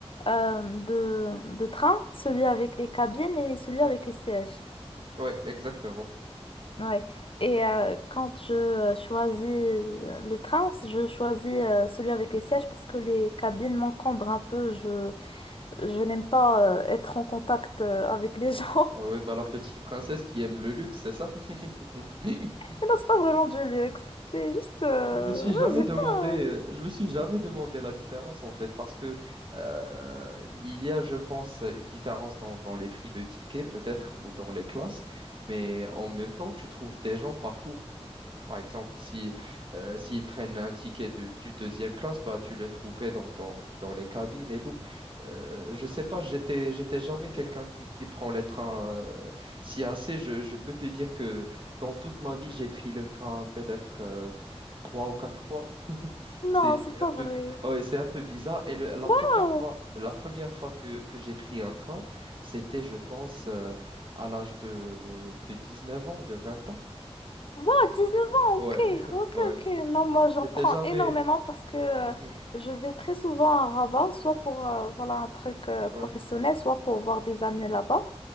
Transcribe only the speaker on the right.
Oui, exactement.
Ah oui,
bah, la petite princesse qui aime le luxe, c'est ça? <laughs>
Je me suis
jamais
demandé,
je me suis jamais demandé la différence en fait, parce que euh, il y a, je pense, une différence dans, dans les prix de tickets peut-être ou dans les classes, mais en même temps, tu trouves des gens partout. Par exemple, si euh, s'ils prennent un ticket de, du deuxième classe, bah tu le trouverais dans, dans, dans les cabines et tout. Euh, je sais pas, j'étais j'étais jamais quelqu'un qui, qui prend les trains euh, si assez. Je, je peux te dire que dans toute ma vie, j'ai pris le train peut-être. euh, trois ou quatre fois.
C'est
un peu,
ouais, c'est un peu bizarre. Et le- la première
fois, la première fois que, que j'ai pris un train, c'était, je pense, euh, à l'âge de, de 19 ans, de 20 ans.
Ouais,
<laughs>
ouais.
J'étais
jamais.
Mhm,
ouais.